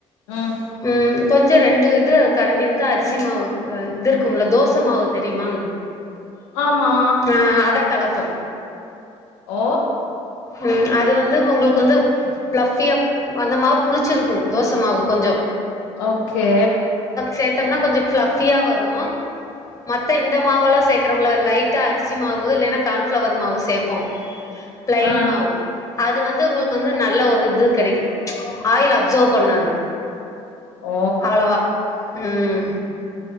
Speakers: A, on the left; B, on the left.
A: ம்
B: ம் கொஞ்சோ ரெண்டு இது கரண்டி வந்து அரிசி மாவுக் அ இது இருக்கும்ல தோச மாவு தெரியுமா
A: ஆமா
B: ஆ அத கலப்போ
A: ஓ
B: ம் அது வந்து ஒங்களுக்கு வந்து ஃப்ளஃபியா அந்த மாவு புளிச்சிருக்கு தோச மாவு கொஞ்சோ
A: ஓகே
B: சேத்தோனா கொஞ்சோ ஃப்ளஃபியா வரு மத்த இந்த மாவு எல்லா சேக்றோம்ல லைட்டா அரிசி மாவு இல்லைன்னா கான்ஃப்ளவர் மாவு சேப்போ பிளைன்
A: ஆ
B: மாவு அது வந்து உங்களுக்கு வந்து நல்ல ஒரு இது கெடக்கு ஆயில் அப்சர்வ் பண்ணாது
A: ஓ
B: அளவா ம்